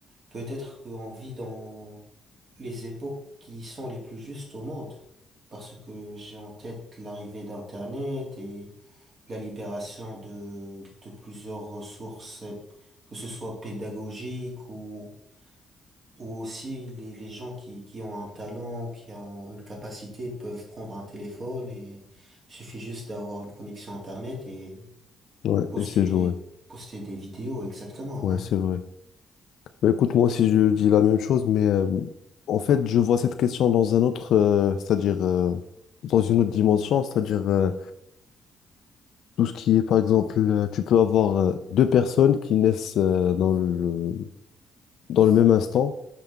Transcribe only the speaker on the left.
Ouais,
et c'est joué.
Ouais,
c'est vrai. Bah, écoute, moi aussi, je dis la même chose, mais euh, en fait, je vois cette question dans un autre, euh, c'est-à-dire euh, dans une autre dimension, c'est-à-dire euh, tout ce qui est, par exemple, euh, tu peux avoir euh, deux personnes qui naissent euh, dans le, dans le même instant,